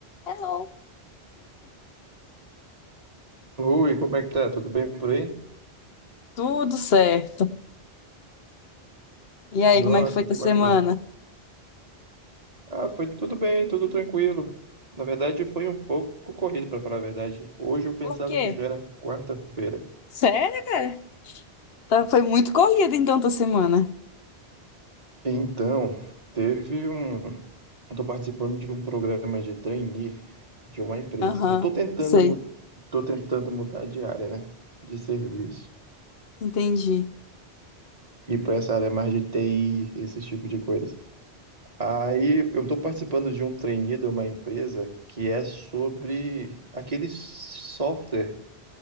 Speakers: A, on the left; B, on the right.
A: Hello.
B: Oi, como é que tá? Tudo bem por aí?
A: Tudo certo. E
B: Nossa,
A: aí, como é que foi tua
B: que
A: semana?
B: bacana. Ah, foi tudo bem, tudo tranquilo. Na verdade, foi um pouco corrido, para falar a verdade. Hoje eu pensava
A: Por quê?
B: que já era quarta-feira.
A: Sério, cara? Tá, foi muito corrida então tua semana.
B: Então, teve um. Estou participando de um programa de trainee de uma empresa.
A: Aham,
B: Eu estou tentando,
A: sei,
B: mu- tô tentando mudar de área, né? De serviço.
A: entendi.
B: E para essa área mais de TI, esse tipo de coisa. Aí eu estou participando de um trainee de uma empresa que é sobre aquele software